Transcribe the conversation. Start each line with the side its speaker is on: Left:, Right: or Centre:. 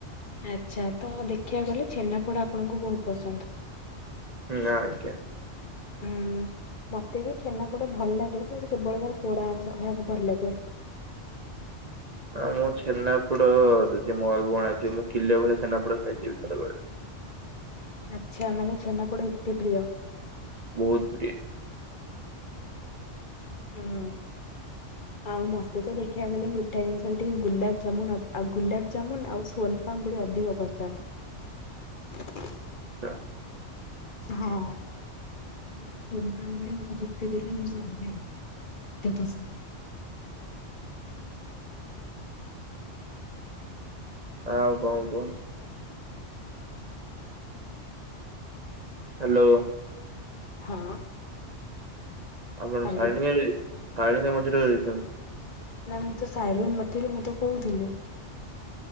Left: ଆଚ୍ଛା ତ ଦେଖିବାକୁ ଗଲେ ଛେନାପୋଡ଼ ଆପଣଙ୍କୁ ବହୁତ ପସନ୍ଦ।
Right: ନାଁ ଆଜ୍ଞା।
Left: ହୁଁ। ମତେ ବି ଛେନା ପୋଡ଼ ଭଲ ଲାଗେ କିନ୍ତୁ କେବଳ ତାର ପୋଡା ଅଂସ ଖାଇବାକୁ ଭଲ ଲାଗେ।
Right: ହଁ ମୁଁ ଛେନାପୋଡ଼ ଯଦି ମୋ ଆଗକୁ କଣ ଆସିବ ମୁଁ କିଲେ ଭଳିଆ ଛେନାପୋଡ଼ ଖାଇଯିବି ଥରକରେ।
Left: ଆଚ୍ଛା ମାନେ ଛେନାପୋଡ଼ ଏତେ ପ୍ରିୟ।
Right: ବହୁତ ପ୍ରିୟ।
Left: ହୁଁ। ଆଉ ମତେ ତ ଦେଖିବାକୁ ଗଲେ ମିଠା ଜିନିଷରେ ଟିକେ ଗୁଲାପ ଜାମୁନ ଆଉ ଗୁଲାପଜାମୁନ ଆଉ ସୋ ପୁରୀ ଅଧିକ ପସନ୍ଦ।
Right: ନାଁ।
Left: ହଁ। ମାନେ ସୋଂପାମ୍ପୁଡ଼ି ମତେ ଯେତେ ଦେଲେ ମୁଁ ସବୁ ଖାଇଯିବି ଏତେ ପସନ୍ଦ।
Right: ଆଉ କଣ କୁହନ୍ତୁ। ହ୍ୟାଲୋ।
Left: ହଁ।
Right: ଆପଣ
Left: ହ୍ୟାଲୋ
Right: ସାଇଲେଣ୍ଟ କାଇଁ ସାଇଲେଣ୍ଟ ମଝୀରରେ ରହିଛନ୍ତି।
Left: ନାଇଁ ମୁଁ ତ ସାଇଲେଣ୍ଟ ନଥିଲି ମୁଁ ତ କହୁଥିଲି।